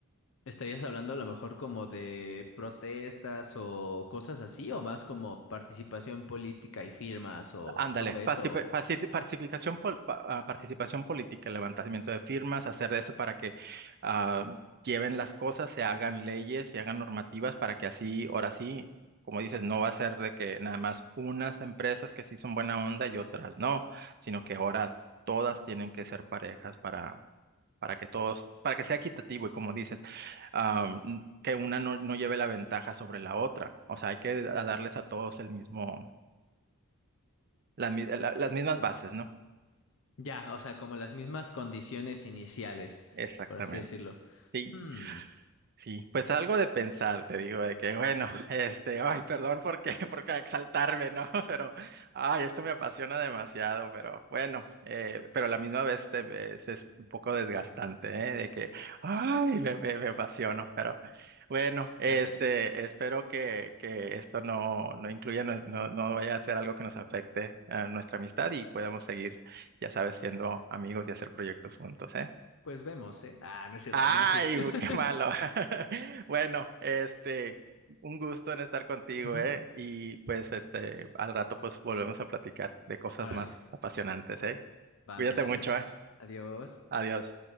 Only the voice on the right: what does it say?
Ándale,
pacifi-
paci- pacificación pol- pa- ah, participación política, levantamiento de firmas, hacer eso para que ah, lleven las cosas, se hagan leyes, se hagan normativas para que así, ahora sí, como dices, no va a ser de que nada más unas empresas que sí son buena onda y otras no, sino que ahora todas tienen que ser parejas para, para que todos, para que sea equitativo y como dices, ah, n- que una no, no lleve la ventaja sobre la otra. O sea, hay que a- darles a todos el mismo, la mi- la- las mismas bases, ¿no?
Exactamente,
sí,
sí, pues algo de pensar, te digo, de que bueno, <laughs> este, ay, perdón porque, <laughs> qué, por exaltarme, ¿no? <laughs> Pero, ay, esto me apasiona demasiado, pero bueno, eh, pero a la misma vez te ves- es un poco desgastante, ¿eh? De que, ay, me, me, me apasiono, pero bueno, este,
espero que, que esto no, no incluya, no, no, no vaya a ser algo que nos afecte a nuestra amistad y podamos seguir, ya sabes, siendo amigos y hacer proyectos juntos, ¿eh?
Ay,
qué malo. <laughs> Bueno, este, un gusto en estar contigo,
¿eh? Y pues, este, al rato pues volvemos a platicar de cosas
más apasionantes, ¿eh?
Cuídate
mucho, ¿eh?
Adiós.